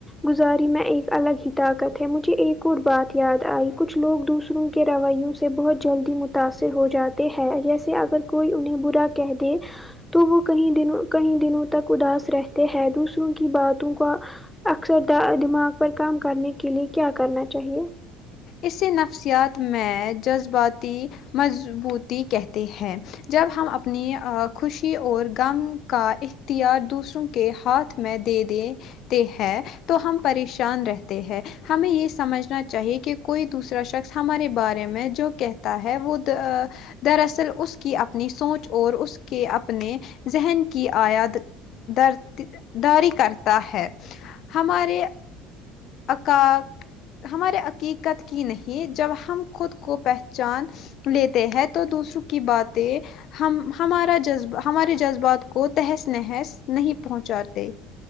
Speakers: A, in the centre; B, on the left.
A: گزاری میں ایک الگ ہی طاقت ہے مجھے ایک اور بات یاد آئی کچھ لوگ دوسروں کے رویوں سے بہت جلدی متاثر ہو جاتے ہیں جیسے اگر کوئی انہیں برا کہہ دے تو وہ کہیں دنوں کہیں دنوں تک اداس رہتے ہیں دوسروں کی باتوں کا اکثر دا دماغ پر کام کرنے کے لیے کیا کرنا چاہیے
B: اسے نفسیات میں جذباتی مضبوطی کہتے ہیں جب ہم اپنی آ خوشی اور غم کا اختیار دوسروں کے ہاتھ میں دے دے تے ہے تو ہم پریشان رہتے ہیں ہمیں یہ سمجھنا چاہیے کہ کوئی دوسرا شخص ہمارے بارے میں جو کہتا ہے وہ دا آ دراصل اس کی اپنی سوچ اور اس کے اپنے ذہن کی آیاد درت داری کرتا ہے ہمارے عکا ہمارے حقیقت کی نہیں جب ہم خود کو پہچان لیتے ہیں تو دوسروں کی باتیں ہم ہمارا جذب ہمارے جذبات کو تہس نہس نہیں پہنچاتے